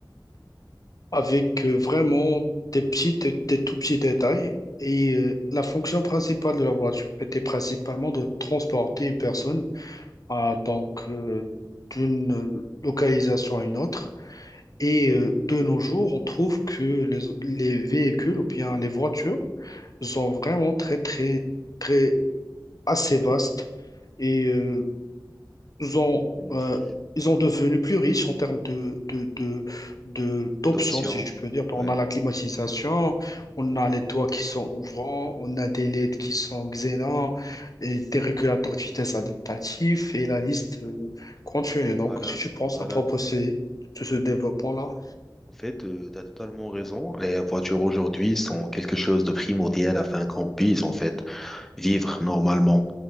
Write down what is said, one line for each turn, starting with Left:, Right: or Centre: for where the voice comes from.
Left: avec euh, vraiment des petits, des, des tout petits détails. Et euh, la fonction principale de la voiture était principalement de transporter une personne à donc euh, d'une localisation à une autre. Et euh, de nos jours, on trouve que les, les véhicules ou bien les voitures sont vraiment très, très, très assez vastes et euh, ils ont,
Centre: Mm,
Left: euh,
Centre: j-
Left: ils ont devenu plus riches en termes de, de, de, de- d'options,
Centre: D'options.
Left: si je peux dire.
Centre: Ouais,
Left: On a la climatisation, on a les toits qui sont ouvrants, on a des LED qui sont xénants, et des régulateurs de vitesse adaptatifs, et la liste euh, continue. Donc,
Centre: voilà,
Left: si tu penses
Centre: voilà.
Left: à proposer de ce développement-là,
Centre: En fait, tu as totalement raison. Les voitures aujourd'hui sont quelque chose de primordial afin qu'on puisse, en fait, vivre normalement